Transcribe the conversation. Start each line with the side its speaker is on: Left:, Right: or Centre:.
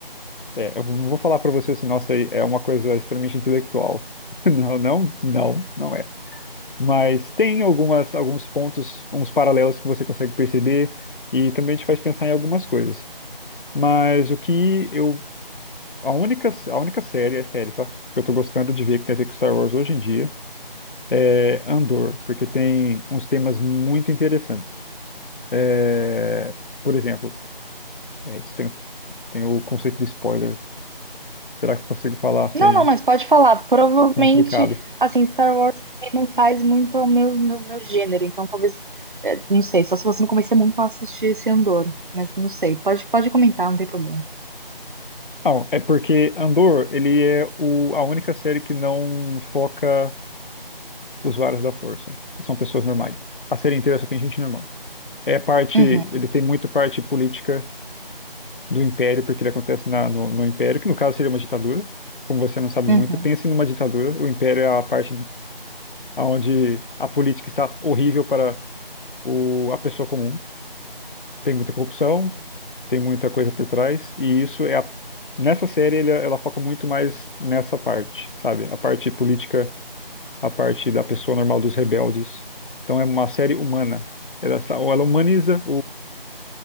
Left: é, eu não vou falar pra você assim, nossa, é uma coisa extremamente intelectual. <laughs> Não, não, não, não é. Mas tem algumas, alguns pontos, uns paralelos que você consegue perceber e também te faz pensar em algumas coisas. Mas o que eu, a única, a única série, é série, tá? Que eu tô gostando de ver que tem a ver com Star Wars hoje em dia é, Andor, porque tem uns temas muito interessantes. É, por exemplo, é, isso tem, tem o conceito de spoiler. Será que eu consigo falar? Achei
Right: Não, não, mas pode falar. Provavelmente,
Left: complicado.
Right: assim, Star Wars também não faz muito o meu, meu, meu gênero, então talvez, é, não sei, só se você me convencer muito a assistir esse Andor, mas não sei. Pode, pode comentar, não tem problema.
Left: Não, é porque Andor, ele é o- a única série que não foca usuários da Força. São pessoas normais. A série inteira só tem gente normal. É a parte,
Right: Uhum.
Left: ele tem muito parte política do Império, porque ele acontece na- no, no Império, que no caso seria uma ditadura. Como você não sabe
Right: Uhum,
Left: muito, pense numa ditadura. O Império é a parte onde a política está horrível para o, a pessoa comum. Tem muita corrupção, tem muita coisa por trás, e isso é a, nessa série ele- ela foca muito mais nessa parte, sabe? A parte política, a parte da pessoa normal, dos rebeldes. Então é uma série humana. Ela, está- ou ela humaniza